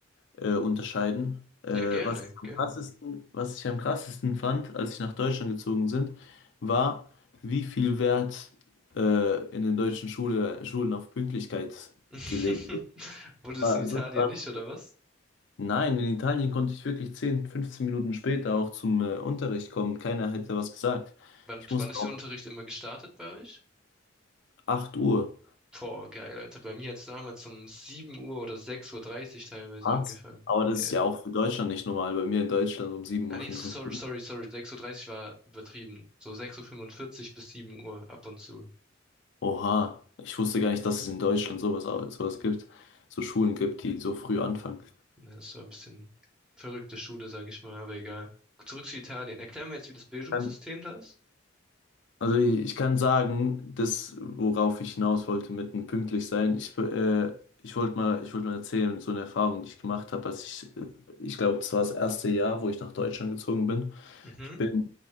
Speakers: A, on the left (about 65°); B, in the centre.
A: äh, unterscheiden. Äh,
B: Ja, gerne,
A: was ich am
B: gerne.
A: krassesten, was ich am krassesten fand, als ich nach Deutschland gezogen sind, war, wie viel Wert äh, in den deutschen Schule, Schulen auf Pünktlichkeit
B: <laughs>
A: gelegt wird.
B: Wurde es
A: War
B: in Italien
A: so krass.
B: nicht, oder was?
A: Nein, in Italien konnte ich wirklich 10 15 Minuten später auch zum äh, Unterricht kommen. Keiner hätte was gesagt.
B: Wann,
A: Ich musste
B: wann ist
A: auch
B: der Unterricht immer gestartet bei euch?
A: 8 Uhr.
B: Boah, geil, Alter. Bei mir hat's damals um 7 Uhr oder sechs Uhr dreißig teilweise
A: Was?
B: angefangen.
A: Aber das
B: Ja.
A: ist ja auch für Deutschland nicht normal. Bei mir in Deutschland um sieben
B: Ah,
A: Uhr.
B: nee,
A: fünfundfünfzig.
B: sorry, sorry, sorry. Sechs Uhr dreißig war übertrieben. So sechs Uhr fünfundvierzig bis 7 Uhr ab und zu.
A: Oha, ich wusste gar nicht, dass es in Deutschland sowas, sowas gibt, so Schulen gibt, die so früh anfangen.
B: Ja, das war ein bisschen verrückte Schule, sag ich mal, aber egal. Zurück zu Italien. Erklär mir jetzt, wie das Bildungssystem
A: Dann-
B: da ist.
A: Also ich kann sagen, das, worauf ich hinaus wollte mit dem pünktlich sein, ich, äh, ich wollte mal, ich wollte mal erzählen, so eine Erfahrung, die ich gemacht habe, als ich, äh, ich glaube, das war das erste Jahr, wo ich nach Deutschland gezogen bin.
B: Mhm,
A: Ich bin